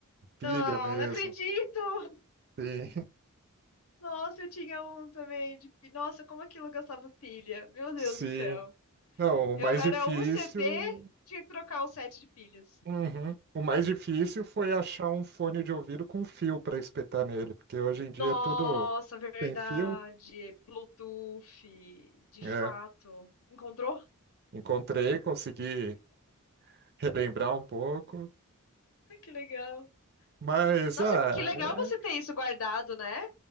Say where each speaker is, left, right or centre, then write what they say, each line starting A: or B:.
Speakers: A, on the right; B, on the left.
A: pilha
B: Não,
A: mesmo.
B: não acredito!
A: Sim,
B: Nossa, eu tinha um também de pi- Nossa, como aquilo gastava pilha.
A: <laughs>
B: Meu Deus
A: sim.
B: do céu.
A: Não, o
B: Eu
A: mais
B: era
A: difícil.
B: um CD, tinha que trocar o set de pilhas.
A: Uhum. O mais difícil foi achar um fone de ouvido com fio para espetar nele, porque hoje em dia
B: Nossa,
A: é tudo
B: verdade.
A: tem fio.
B: Bluetooth, de
A: É.
B: fato. Encontrou?
A: Encontrei, consegui relembrar um pouco.
B: Ai, que legal.
A: Mas,
B: Nossa,
A: ah,
B: que legal
A: é,
B: você ter isso guardado, né?